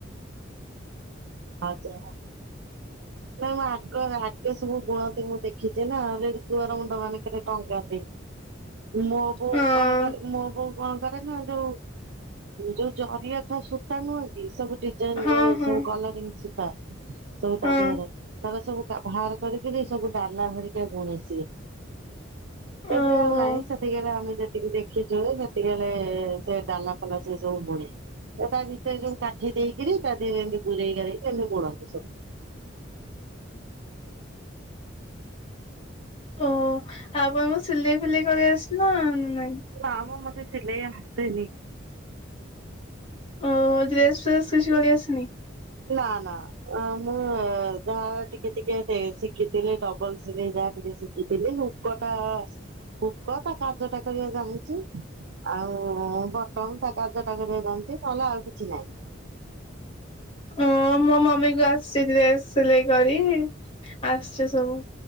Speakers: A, on the right (about 65°); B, on the left (about 25°).
A: ଆଜା ନାଇଁ ମୁଁ ଆଗଆଗେ ସବୁ ବୁଣତି ମୁଁ ଦେଖିଛି ନହେଲେ ଦୁଆର ମୁଣ୍ଡ ମାନଙ୍କରେ ଟଙ୍ଗାନ୍ତି। ମୋ ବୋଉ
B: ହଁ
A: କଣ କରେ ମୋ ବୋଉ କଣକରେ ନା ଯୋଉ ଯୋଉ ଜରିଅଖା ସୂତା ନୁହକି ସବୁ ଡିଜାଇନ
B: ହଁ
A: ଯୋଉ
B: ହଁ
A: ସବୁ କଲରୀଙ୍ଗ ସୂତା ସବୁ
B: ହଁ
A: ତା ଦିହରେ ତାରା ସବୁ ବାହାର କରି କି ସବୁ ଡାଲା ହରିକା ବୁଣେ ସିଏ।
B: ଓହୋ
A: ଏବେ ଆଉ ନାହିଁ ସେଠିକାରେ ଆମେ ଯେ ଯେତିକି ଦେଖିଛୁ ସେତିବେଳେ ସେ ଡାଲା ଫାଲା ସେ ସବୁ ବୁଣେ ସେଟା ଭିତରେ ଯୋଉ କାଠି ଦେଇକିରି ସୂତା ଦେଇ ଗୁରଇଗାରେଇ ଏମତି ବୁଣତି ସବୁ।
B: ଓ ଆପଣଙ୍କୁ ସିଲେଇ ଫିଲେଇ କରି ଆସ ନା ନାଇଁ
A: ନାମ ମୋତେ ସିଲେଇ ଆସେନି
B: ଓ ହୋ ଡ୍ରେସ ଫ୍ରେସ କିଛି କରିଆସେନି?
A: ନା ନା ମୁଁ ଯାହା ଟିକେ ଟିକେ ଶିଖିଥିଲି ଡବଲ ସିଲେଇ ଯା ଟିକେ ଶିଖିଥିଲି ହୁକ ଟା ହୁକ ତା କାଜ ଟା କରିବା ଜାଣିଚି। ଆଉ ବଟମ୍ ତା କାଜ ଟା କରିବା ଜାଣିଚି ନହେଲେ ଆଉ କିଛି ନାଇଁ।
B: ଓ ମୋ ମମିକୁ ଆସୁଚି ଡେସ୍ ସିଲେଇ କରି ଆସୁଚି ସବୁ।